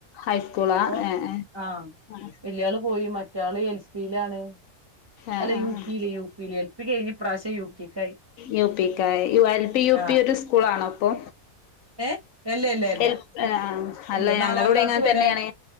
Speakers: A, on the left; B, on the right.
A: ഹൈസ്കൂളാ
B: അപ്പോ
A: ഏഹ്
B: ആ
A: ഏഹ്
B: വല്യാള് പോയി, മറ്റാള് എൽ പീലാണ്.
A: ഏഹ്
B: അല്ല
A: ആഹ്
B: യു പീല് യു പീല് എൽ പ്പി കഴിഞ്ഞ്. ഇപ്രാവശ്യം യു പിക്കായി
A: യു പി ക്കായി. എൽ പി യു
B: ആഹ്
A: പി ഒരു സ്കൂളാണോ ഇപ്പോ?
B: ഏഹ്? ഇല്ല ഇല്ല ഇല്ല
A: എൽ ഏഹ്? അല്ല
B: ഇല്ല നാലാം
A: ഞങ്ങളുടെ
B: ക്ലാസ്
A: ഇങ്ങനെ
B: വരെ
A: തന്നെയാണ്